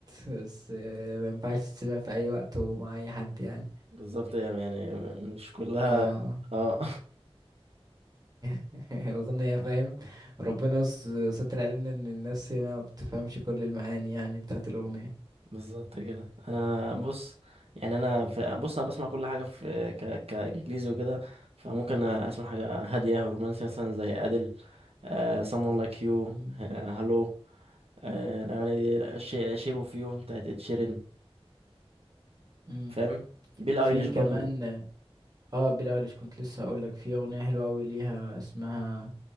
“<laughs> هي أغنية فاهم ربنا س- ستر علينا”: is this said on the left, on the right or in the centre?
Right